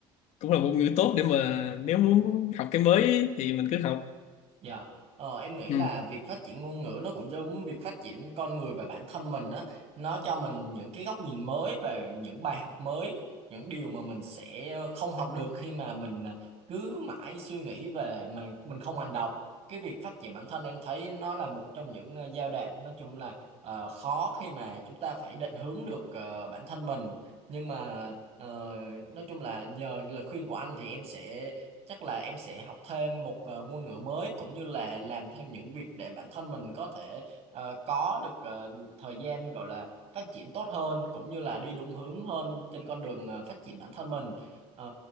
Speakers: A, on the left (about 65°); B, on the right (about 55°).
A: cũng là một ngữ tốt để mà nếu muốn học cái mới thì mình cứ học
B: Dạ, Ờ, em nghĩ
A: Ừ.
B: là việc phát triển ngôn ngữ nó cũng giống việc phát triển con người và bản thân mình á, nó cho mình những cái góc nhìn mới và những bài học mới, những điều mà mình sẽ ờ, không học được khi mà mình ờ, cứ mãi suy nghĩ về mà mình không hành động. Cái việc phát triển bản thân em thấy nó là một trong những ờ, giai đoạn nói chung là ờ, khó khi mà chúng ta phải định hướng được ờ, bản thân mình, nhưng mà ờ, nói chung là nhờ lời khuyên của anh thì em sẽ chắc là em sẽ học thêm một ờ, ngôn ngữ mới cũng như là làm thêm những việc để bản thân mình có thể ờ, có được ờ, thời gian gọi là phát triển tốt hơn cũng như là đi đúng hướng hơn trên con đường ờ, phát triển bản thân mình Ờ,